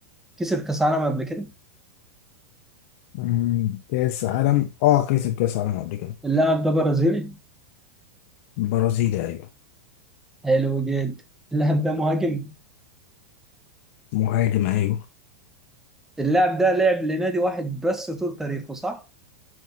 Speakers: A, in the centre; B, on the left (about 55°).
A: كسب كاس عالم قبل كده
B: مم، كأس عالم اه كسب كأس عالم قبل كده
A: اللاعب ده برازيلي
B: برازيلي أيوه
A: حلو جدا اللاعب ده مهاجم
B: مهاجم أيوه
A: اللاعب ده لعب لنادي واحد بس طول تاريخه صح؟